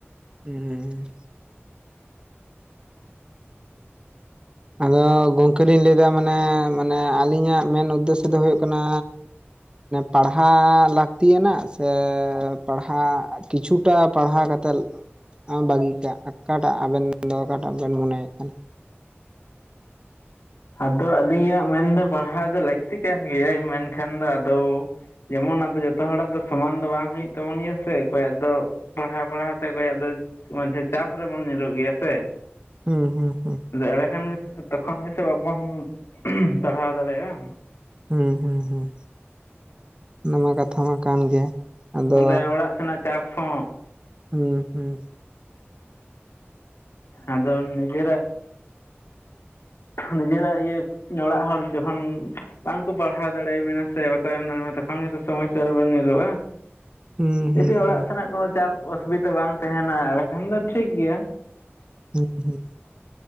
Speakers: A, on the right; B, on the left.
A: ᱦᱩᱸ᱾ ᱟᱫᱚ ᱜᱚᱢᱠᱮ ᱞᱤᱧ ᱞᱮᱭ ᱫᱟ ᱢᱟᱱᱮ ᱢᱟᱱᱮ ᱟᱞᱤᱧᱟᱜ ᱢᱮᱱ ᱩᱫᱽᱫᱮᱥᱥᱚ ᱫᱚ ᱦᱩᱭᱩᱜ ᱠᱟᱱᱟ ᱯᱟᱲᱦᱟᱜ ᱞᱟᱹᱠᱛᱤᱭᱟᱱᱟᱜ ᱥᱮ ᱯᱟᱲᱦᱟᱜ ᱠᱤᱪᱷᱩ <unintelligible> ᱯᱟᱲᱦᱟᱣ ᱠᱟᱛᱮᱫ ᱟᱢ ᱵᱟᱜᱤ ᱠᱟᱜ ᱟᱠᱟᱴᱟᱜ ᱟᱵᱮᱱ ᱫᱚ ᱚᱠᱟᱴᱟᱜ ᱵᱮᱱ ᱢᱚᱱᱮᱭᱮᱫ ᱠᱟᱱᱟ᱾
B: ᱟᱫᱚ ᱟᱹᱞᱤᱧᱟᱜ ᱢᱮᱱᱫᱚ ᱯᱟᱲᱦᱟᱣ ᱫᱚ ᱞᱟᱹᱠᱛᱤ ᱠᱟᱱ ᱜᱮᱭᱟ ᱢᱮᱱᱠᱷᱟᱱ ᱫᱚ ᱟᱫᱚ ᱡᱮᱢᱚᱱ ᱟᱫᱚ ᱡᱚᱛᱚ ᱦᱚᱲᱟᱜ ᱫᱚ ᱥᱚᱢᱟᱱ ᱫᱚ ᱵᱟᱝ ᱦᱩᱭᱩᱜ ᱛᱟᱵᱚᱱ ᱜᱮᱭᱟ ᱥᱮ ᱚᱠᱚᱭᱟᱜ ᱫᱚ ᱯᱟᱲᱦᱟᱣ ᱯᱟᱲᱦᱟᱣ ᱛᱮ ᱚᱠᱚᱭᱟᱜ ᱫᱚ ᱢᱟᱡᱷᱮ ᱪᱟᱯ ᱨᱮᱵᱚᱱ ᱧᱩᱨᱩᱜ ᱜᱮᱭᱟ ᱥᱮ᱾
A: ᱦᱩᱸ ᱦᱩᱸ ᱦᱩᱸ᱾
B: ᱮᱲᱮ ᱠᱷᱟᱱ ᱜᱮ ᱛᱚᱠᱷᱚᱱ ᱜᱮ ᱥᱮ ᱵᱟᱵᱚᱱ ᱩᱦ ᱯᱟᱲᱦᱟᱣ ᱫᱟᱲᱮᱭᱟᱜᱼᱟ᱾
A: ᱦᱩᱸ ᱦᱩᱸ ᱦᱩᱸ ᱚᱱᱟᱢᱟ ᱠᱟ ᱛᱷᱟ ᱢᱟ ᱠᱟᱱ ᱜᱮ ᱟᱫᱚ
B: ᱚᱱᱛᱮ ᱚᱲᱟᱜ ᱥᱮᱱᱟᱜ ᱪᱟᱯ ᱦᱚᱸ
A: ᱦᱩᱸ ᱦᱩᱸ᱾
B: ᱟᱫᱚ ᱱᱤᱡᱮᱨᱟᱜ ᱱᱤᱡᱮᱨᱟᱜ ᱤᱭᱟᱹ ᱚᱲᱟᱜ ᱦᱚᱲ ᱡᱚᱠᱷᱚᱱ ᱵᱟᱝ ᱠᱚ ᱯᱟᱲᱦᱟᱣ ᱫᱟᱲᱮᱭᱟᱵᱤᱱᱟ ᱥᱮ ᱵᱟᱠᱚ ᱮᱢ ᱫᱟᱲᱮᱭᱟᱜᱼᱟ ᱛᱚᱠᱷᱚᱱ ᱜᱮᱛᱚ ᱥᱚᱢᱚᱥᱥᱟ ᱨᱮᱵᱤᱱ ᱧᱩᱨᱩᱜᱼᱟ᱾
A: ᱦᱩᱸ ᱦᱩᱸ
B: ᱡᱩᱫᱤ ᱚᱲᱟᱜ
A: ᱦᱩᱸ
B: ᱥᱟᱱᱟᱭᱮᱫ ᱠᱚᱣᱟ ᱪᱟᱯ ᱚᱥᱩᱵᱤᱫᱟ ᱵᱟᱝ ᱛᱟᱦᱮᱱᱟ ᱮᱱᱰᱮᱠᱷᱟᱱ ᱫᱚ ᱴᱷᱤᱠᱜᱮᱭᱟ᱾
A: ᱦᱩᱸ ᱦᱩᱸ